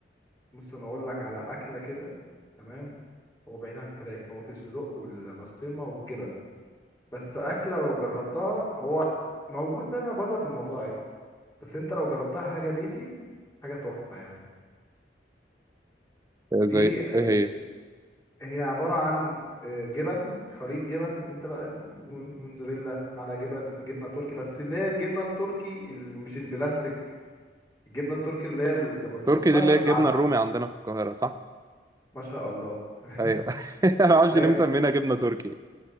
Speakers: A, on the left; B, on the right.
A: بص انا اقول لك على اكله كده تمام هو بعيد عن الفراخ هو في الصدق والبسطرمه والجبن بس اكله لو جربتها هو موجود منها بره في المطاعم بس انت لو جربتها حاجه بيتي حاجه تحفه يعني دي
B: زي
A: آه،
B: ايه هي
A: هي عباره عن آه، جبن خليط جبن انت بقى مون- موتزاريلا على جبن جبنه تركي بس اللي هي الجبنه التركي ال- مش البلاستيك الجبنه التركي اللي هي ال- لما بتحطها
B: تركي دي اللي
A: في
B: هي
A: الع-
B: الجبنه الرومي عندنا في القاهره صح
A: ما شاء الله <laughs>
B: ايوه <laughs> انا معرفش
A: ايوه
B: ليه مسمينها جبنه تركي